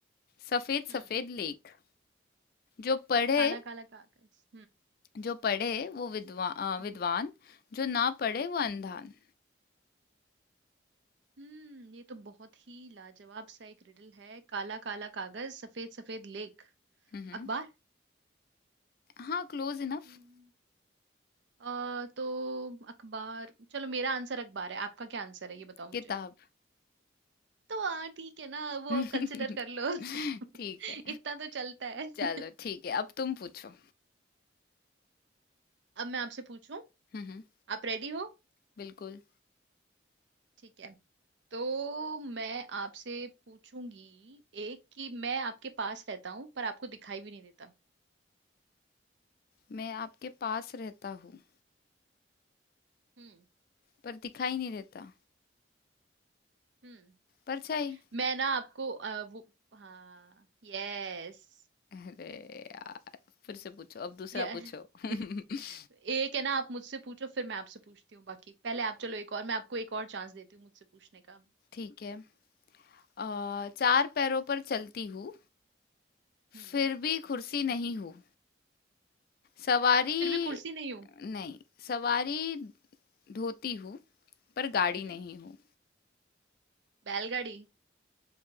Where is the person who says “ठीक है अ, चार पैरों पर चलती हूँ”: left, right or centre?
Left